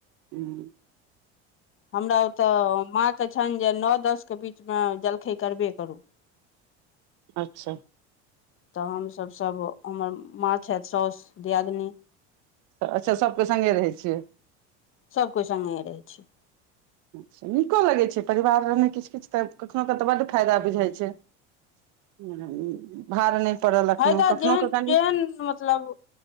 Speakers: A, on the right; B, on the left.
A: ह
B: हमरा ओतऽ माँके छनि जे नओ दसके बीचमे जलखै करबे करू
A: अच्छा
B: तऽ हमसभ सभ हमर माँ छथि साउसु दियादिन
A: अच्छा सभ केँ सङ्गे रहै छियै
B: सभ केँ सङ्गे रहै छै
A: च्छा नीको लगै छै परिवारमे किछु किछु तऽ कखनहु क तऽ बड्ड फायदा बुझाइ छै ह भार नहि पड़ल एखनो
B: फायदा
A: कखनो
B: जेहन
A: के कनि
B: जेहन मतलब